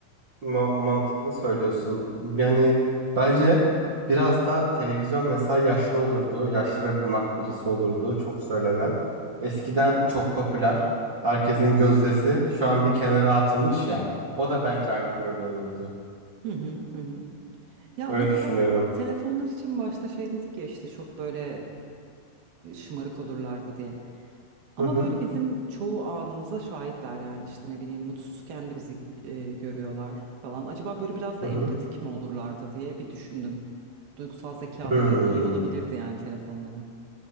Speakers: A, on the right; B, on the right.
A: Ma- mantıklı söylüyorsun. Yani bence biraz da televizyon mesela yaşlı olurdu. Yaşlı ve bunak birisi olurdu. Çok söylenen. Eskiden çok popüler. Herkesin gözdesi şu an bir kenara atılmış ya. O da bence aynı böyle olurdu.
B: Hı hı hı. hı. Ya
A: Öyle
B: mesela
A: düşünüyorum.
B: telefonlar için başta şey dedik ya işte çok böyle eee, şımarık olurlardı diye. Ama
A: Hı hı.
B: böyle bizim çoğu anımıza şahitler yani işte ne bileyim mutsuzken de bizi eee, görüyorlar falan. Acaba böyle biraz
A: Hı
B: da
A: hı.
B: empatik mi olurlardı diye bir düşündüm. Duygusal zekaları
A: Hmm.
B: iyi olabilirdi yani telefonların.